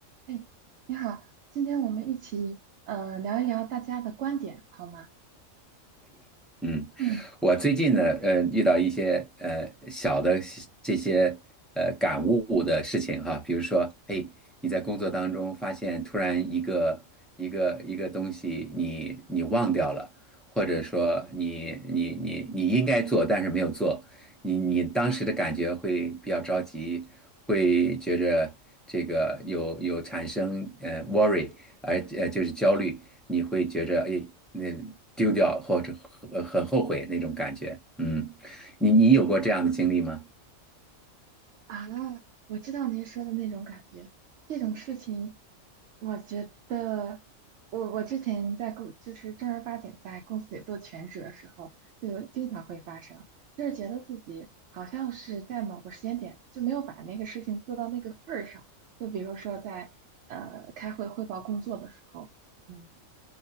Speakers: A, on the right; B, in the centre.
A: 哎，你好，今天我们一起呃聊一聊大家的观点，好吗？
B: 嗯，
A: 嗯
B: 我最近呢，呃，遇到一些呃小的西这些呃感悟的事情哈，比如说，哎，你在工作当中发现突然一个一个一个东西你你忘掉了，或者说你你你你应该做但是没有做，你你当时的感觉会比较着急，会觉着这个有有产生呃 worry。而呃就是焦虑，你会觉着哎那丢掉或者很很后悔那种感觉。嗯，你你有过这样的经历吗？
A: 啊，我知道您说的那种感觉，这种事情，我觉得我我之前在公就是正儿八经在公司里做全职的时候，就经常会发生，就是觉得自己好像是在某个时间点就没有把那个事情做到那个份儿上，就比如说在呃开会汇报工作的时候，嗯。